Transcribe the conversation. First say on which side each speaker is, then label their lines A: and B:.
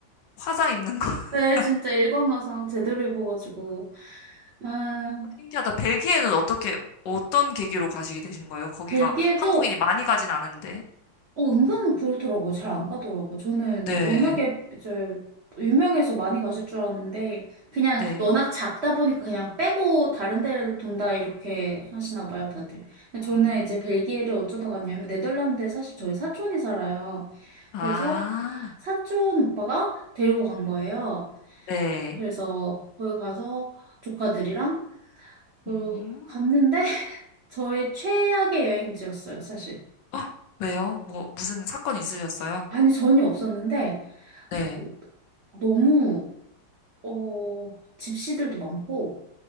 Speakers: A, on the left; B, on the right.
A: 화상 입는 거. <laughs>
B: 네, 진짜 일광화상 제대로 입어가지고 아,
A: 신기하다. 벨기에는 어떻게, 어떤 계기로 가시게 되신 거예요? 거기가
B: 벨기에도
A: 한국인이 많이 가진 않은데.
B: 어, 은근 그렇더라고. 잘 안 가더라고. 저는
A: 네,
B: 워낙에 이제 유명해서 많이 가실 줄 알았는데 그냥
A: 네.
B: 워낙 작다 보니까 그냥 빼고 다른 데를 돈다 이렇게 하시나 봐요, 다들. 근데
A: 음,
B: 저는 이제 벨기에를 어쩌다 갔냐면 네덜란드에 사실 저희 사촌이 살아요.
A: 아,
B: 그래서 사촌 오빠가 데리고 간 거예요.
A: 네.
B: 그래서 거기 가서 조카들이랑 그
A: 음,
B: 갔는데 <laughs> 저의 최악의 여행지였어요, 사실.
A: 아, 왜요? 뭐, 무슨 사건 있으셨어요?
B: 아니, 전혀 없었는데,
A: 네.
B: 그- 너무, 어, 집시들도 많고,